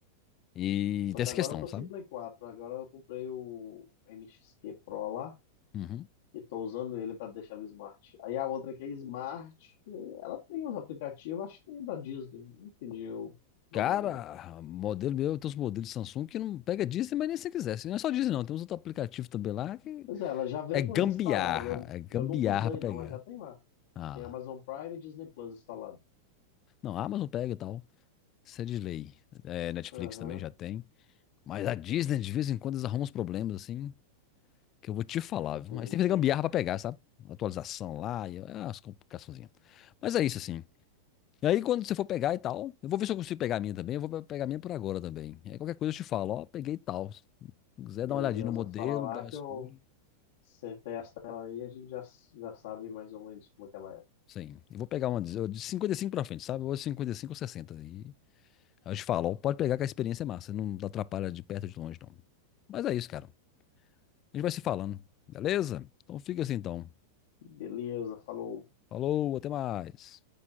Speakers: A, on the left (about 30°); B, on the left (about 70°).
A: E
B: Só
A: tem
B: que
A: essa
B: agora
A: questão,
B: eu tô
A: sabe?
B: sem Play 4, agora eu comprei o MXQ Pro lá
A: Uhum.
B: e tô usando ele para deixar o Smart. Aí a outra que é Smart, ela tem os aplicativos, acho que tem da Disney, não entendi o problema
A: Cara,
B: não.
A: modelo meu, tem os modelos Samsung que não pega Disney, mas nem se quisesse. Não é só Disney, não. Tem uns outros aplicativos também lá que
B: Pois é, ela já vem
A: é gambiarra.
B: com ele instalado.
A: É gambiarra
B: Eu nunca usei,
A: pra
B: não,
A: pegar.
B: mas já tem lá.
A: Ah,
B: Tem Amazon Prime e Disney Plus instalado.
A: não, a Amazon pega e tal. Isso é de lei. É, Netflix
B: Aham,
A: também já tem. Mas a Disney, de vez em quando, eles arrumam uns problemas assim, que eu vou te falar,
B: entendi.
A: viu? Aí você tem que fazer gambiarra pra pegar, sabe? Atualização lá e ah, as complicaçõezinhas. Mas é isso, assim. E aí, quando você for pegar e tal, eu vou ver se eu consigo pegar a minha também. Eu vou pe- pegar a minha por agora também. aí, qualquer coisa eu te falo, ó, peguei tal. Se quiser
B: Beleza,
A: dar uma olhadinha no modelo,
B: fala lá
A: dar uma
B: que
A: escolha.
B: eu você testa ela aí, a gente já, já sabe mais ou menos como é que ela é.
A: Sim, eu vou pegar uma de eu- de 55 pra frente, sabe? Ou 55 ou sessenta E aí eu te falo, ó, pode pegar que a experiência é massa. Não atrapalha de perto ou de longe, não. Mas é isso, cara. A gente vai se falando, beleza? Então fica assim, então.
B: Beleza, falou.
A: Falou, até mais.